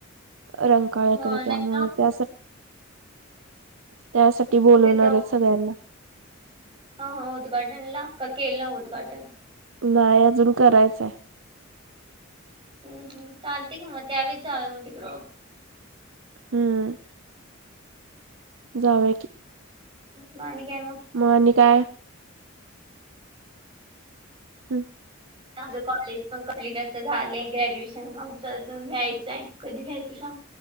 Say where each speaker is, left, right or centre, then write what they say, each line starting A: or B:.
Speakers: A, on the right; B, on the right.
A: रंग काळ्याकडे
B: अं, नाही
A: त्यामुळे
B: ना
A: त्या त्यासाठी बोलवणार
B: तिथं
A: आहेत सगळ्यांना.
B: हा हा उद्घाटन ला का केलं उद्घाटन.
A: नाही अजून करायचाय.
B: हम्म हम्म चालते की मग त्यावेळेस जाव्या मग तिकड.
A: हम्म. जाऊया
B: म आणि काय मग.
A: म आणि काय. हम्म.
B: आमच कॉलेज पण कम्प्लीट आता झालंय, ग्रॅज्युएशन आमचं अजून व्हायचंय आहे, कधी व्हायचं सांग.